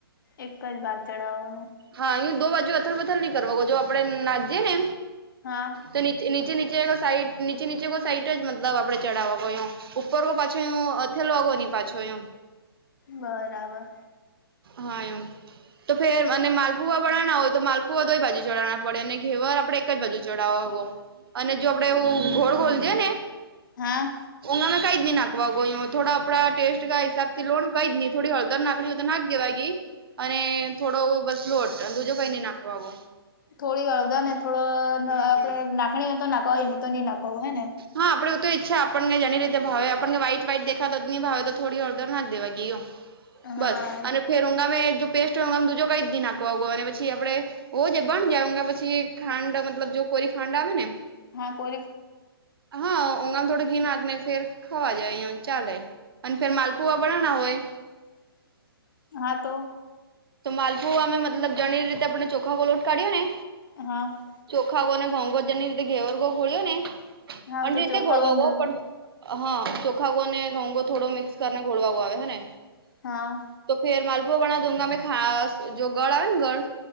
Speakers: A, on the left (about 55°); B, on the right (about 65°).
A: એક જ ભાગ ચઢાવાનું.
B: હા યુ દો બાજુ અથર વથલ ની કરવાગો જો આપડે નાજીએને
A: હા.
B: તો નીચ નીચે નીચે નીચે સાઈટ નીચે નીચે કો સાઈટ જ મતલબ આપણે ચડાવા ગો યો. ઉપર રો પાછો અથેલોગો ની પાછો યો.
A: બરાબર.
B: હા યો તો ફીર અને માલપુવા બનાવણા હોય તો માલપુવા દોય બાજુ ચડાવના. પડે અને ઘેવર આપડે એક જ બાજુ ચડાવવા ગો અને જો આપડે એવું ઘોળ ઘોલ દેયેને.
A: હા
B: ઓનામાં કઈ જ નહી નાખવા ગોય થોડા આપડા ટેસ્ટ હિસાબથી લો કઈ જ નહી થોડી હ દર નાખણી હોય તો નાખ દેવા ગઈ અને થોડો બસ લોટ દુજો કાઈ નઈ નાખવા આવો
A: થોડી હળદર ને થોડો
B: હમ
A: આપડે
B: હમ
A: નાખણી તો નાખવાય ન તો નહી નાખું હે ને
B: હા આપડેું તો ઈચ્છા આપણને જેની રીતે ભાવે આપણ કે્હાઈટ વહાઈટ દેખા જ નહી ભાવે તો થોડી હળદર નાખ દેવા ગયો
A: હા
B: બસ અને ફેર ઉઊગામે જો પેસ્ટ હોયમે દીજો કઈ નાખવા આવગો અને પછી આપડે ઓજ બન જાય ઊ પછી ખાંડ મતલબ જો કોરી ખાંડ આવે ને
A: હા કો
B: હા ઉગણ થોડો ઘી નાખને ફેર ખાવા જાય અ ચાલે અને ફેર માલપુવા બનાના હોય
A: <inaudible> હા તો
B: તો માલફુ અમે મતલબ જાણી રીતે આપણે ચોખા ગોલોટ કાઢ્યો ને
A: હા
B: ચોખાઓ અને ઘોંઘો જેની રીતે ઘેવરગો ઘોળ્યો ને
A: હા
B: અને
A: તો
B: રીતે
A: ચોખા
B: ઘોળવા
A: કોણ ગયો
B: પણ
A: હતો
B: હા ચોખાગો ને ઘઉંંગો થોડો મિક્સ કરીને ઘોળવાો આવે હે ને
A: હા
B: તો ફેર માલપુર બના દઉંગા મેં ખ જો ગઢ આવે ને ગઢ